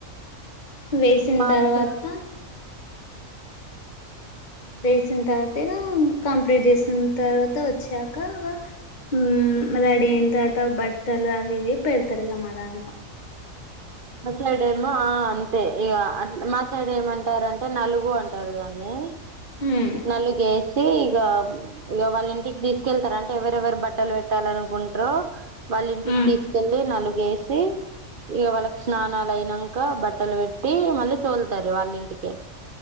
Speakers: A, on the left (about 35°); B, on the right (about 45°).
A: వేసిన
B: మాకు
A: తర్వాత వేసిన తర్వాత ఇ కంప్లీట్ చేసిన తర్వాత వచ్చాక ఉ రడిీ ఎంత అత బట్టలు అవి ఇవి పెడతారు ఇ గ మరా అంత
B: మా సైడ్ ఏమో ఆ అంతే ఇక అ మా సైడ్ ఏమంటారంటే నలుగు అంటారు దాన్ని
A: మ్
B: నలుగే ఇక ఇక వాళ్ళ ఇంటికి తీసుకెళ్తార అంటే ఎవరెవరు బట్టలు పెట్టాలనుకుంటారో వాళ్ళి ఇంటికి
A: మ్
B: తీసుకెళ్ళలి నలుగ వేసి ఇక వాళ్ళకి స్నానాాల అయినాక బట్టలు పెట్టి మళ్ళీ తోలుతారు వాళ్ళింటికి